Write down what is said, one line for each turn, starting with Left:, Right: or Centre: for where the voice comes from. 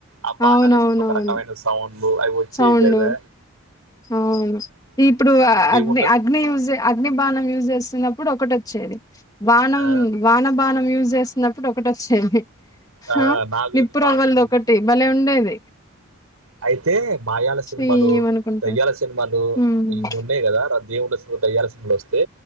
Right: ఆ బాణలు
Left: అవునవునవును
Right: వేసుకుంటే ఒక రకమైన సౌండ్ అయి వచ్చవికాదా
Left: సౌండ్ అవును ఇప్పుడు హా హా
Right: దేవుళ్ళ
Left: అగ్ని అగ్ని చు అగ్ని బానం యూజ్ చేస్తున్నప్పుడు ఒకటి వచ్చేదే వానం
Right: ఆ,
Left: వాన బానం యూజ్ చేస్తున్నప్పుడు ఒకటి వచ్చేది
Right: ఆ,
Left: హా
Right: నాగుది
Left: నిప్పుర
Right: పాముది
Left: అవ్వలదు ఒకటి భలే ఉండేది
Right: అయితే మాయాల సినిమాలు
Left: ఏమనుకుంటా
Right: దయ్యాల సినిమాలు
Left: ఉమ్
Right: ఇవి ఉన్నాయి కదా రద్ద ఏమిండదు దయ్యాల సీన్లు వస్తే